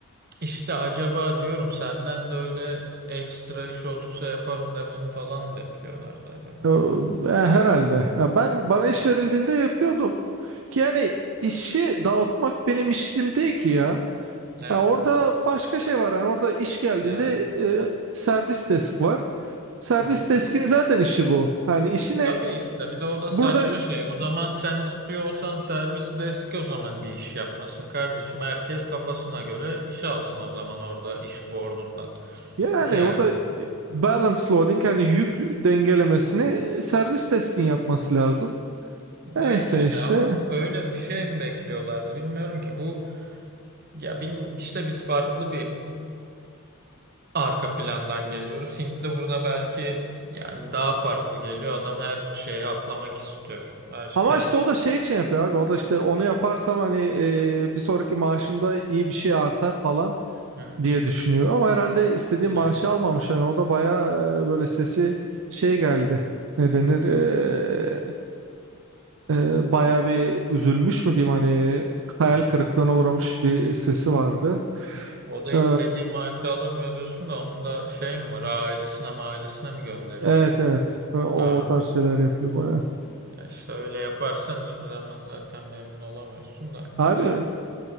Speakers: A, on the right; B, on the right.
A: İşte acaba diyorum senden de öyle ekstra iş olursa yaparım demeni falan bekliyorlardı acaba.
B: e, herhalde. Ya ben bana iş verildiğinde yapıyordum. Yani işi dağıtmak benim işim değil ki ya.
A: Evet,
B: Ya orada başka şey var. Yani orada iş geldiğinde
A: evet.
B: e, servis desk var. Servis
A: Hı hı.
B: deskin zaten işi bu. Hani işi ne?
A: Tabii işte bir de o da
B: Burada
A: saçma şey. O zaman sen istiyor olsan servis deski o zaman bir iş yapmasın kardeşim. Herkes kafasına göre iş alsın o zaman orada iş boardundan.
B: yani
A: <laughs> Yani.
B: orada balance loading yani yük dengelemesini
A: Evet
B: servis deskin yapması lazım. Neyse
A: Evet işte
B: işte.
A: ama öyle bir şey mi bekliyorlardı bilmiyorum ki bu ya bilmiyorum işte biz farklı bir arka plandan geliyoruz. Hintli burada belki yani daha farklı geliyor. Adam her şeye atlamak istiyor. Her
B: Ama
A: her
B: işte
A: şey.
B: o da şey için yapıyor abi. O da işte onu yaparsam hani e, bir sonraki maaşımda iyi bir şey artar falan.
A: Hı,
B: diye düşünüyor. Ama herhalde istediği maaşı
A: evet.
B: almamış. Yani o da bayağı e, böyle sesi şey geldi. Ne denir? E, e, bayağı bir üzülmüş mü diyeyim hani hayal
A: Hı hı.
B: kırıklığına uğramış bir sesi vardı.
A: O da
B: E,
A: istediği maaşı alamıyor diyorsun da onun da şey mi var? Ailesine ailesine mi gönderiyor?
B: evet evet. E, O,
A: Ha,
B: o tarz şeyler yapıyor bayağı.
A: ya işte öyle yaparsan hiçbir zaman zaten memnun olamıyorsun da
B: Abi
A: neyse.